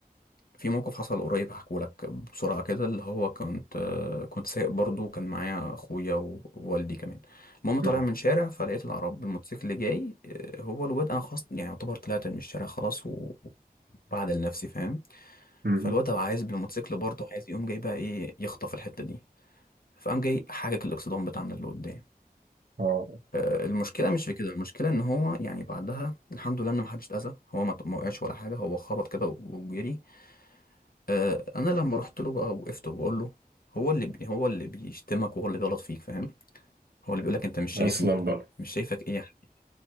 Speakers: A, on the left; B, on the right.
A: في موقف حصل قريب هحكوا لك بسرعه كده اللي هو كنت آه، كنت سايق برضو كان معايا اخويا ووالدي كمان المهم طالع
B: مم.
A: من شارع فلقيت العرب الموتوسيكل جاي آه، هو الواد انا خلاص يعني يعتبر طلعت من الشارع خلاص و- وبعدل نفسي فاهم
B: مم.
A: فالواد ده عايز بالموتوسيكل برضه عايز يقوم جاي بقى ايه يخطف الحته دي فقام جاي حاجك الاكسدام بتاعنا اللي قدام
B: اه
A: آه، المشكله مش في كده المشكله ان هو يعني بعدها الحمد لله ان محدش اتاذى هو ما ط- ما وقعش ولا حاجه هو خبط كده وجري آه، انا لما رحت له بقى وقفت وبقول له هو اللي بي هو اللي بيشتمك وهو اللي بيغلط فيك فاهم هو اللي بيقول لك انت مش شايفني
B: اصلا بقى
A: مش شايفك ايه يا حبيبي